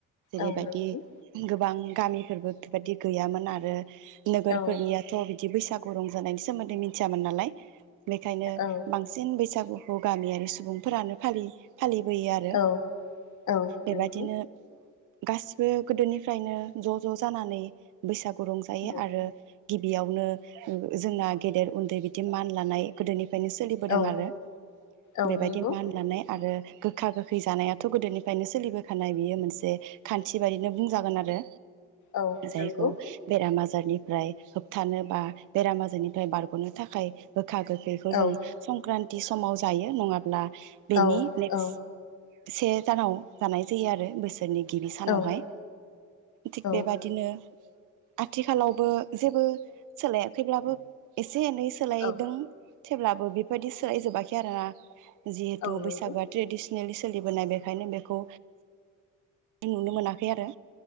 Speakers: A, on the right (about 85°); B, on the left (about 70°).
A: जेरैबायदि
B: औ नंगौ
A: गोबां गामिफोरबो बेबायदि गैयामोन आरो नोगोर
B: औ
A: फोरनियाथ' बिदि बैसागु रंजानायनि सोमोन्दै मिथियामोन नालाय बेखायनो
B: औ
A: बांसिन बेसे बैसागुखौ गामियारि सुबुंफोरानो फालियो फालिबोयो आरो
B: औ औ
A: बेबायदिनो
B: नंगौ
A: गासिबो गोदोनिफ्रायनो ज' ज' जानानै बैसाग खौ रंजायो
B: औ
A: आरो गिबियावनो जोंना गेदेर उन्दै बिदि मान लानाय गोदोनिफ्राय नो सोलिबोदों
B: औ
A: आरो
B: औ
A: बेबायदि
B: नंगौ
A: मान लानाय आरो गोखा गोखै जानायाथ' गोदोनिफ्रायनो सोलिबोखानाय बियो मोनसे खान्थि बायदिनो बुंजागोन आरो
B: औ
A: जायखौ
B: नंगौ
A: बेराम आजार रनिफ्राय होबथानो बा बेराम आजारनिफ्राय बारग'नो थाखाय गोखा गोखैखौ
B: औ
A: जों संक्रान्त थि समाव जायो नङाब्ला बेनि
B: औ
A: नेक्स्ट
B: औ
A: से दानाव जानाय जायो आरो बोसोरनि गिबि सानावहाय
B: औ
A: थिग
B: औ
A: बेबादिनो आथिखालावबो जेबो सोलायाखैब्लाबो एसे एसे एनै सोलायदों
B: औ
A: थेवब्लाबो बेफोरबायदि सोलाय जोबाखै आरोना जिहेतु
B: औ नंगौ।
A: बैसागुआ ट्रेडिसन सोलिबोनाय बेखायनो बेखौ नुनो मोनाखै आरो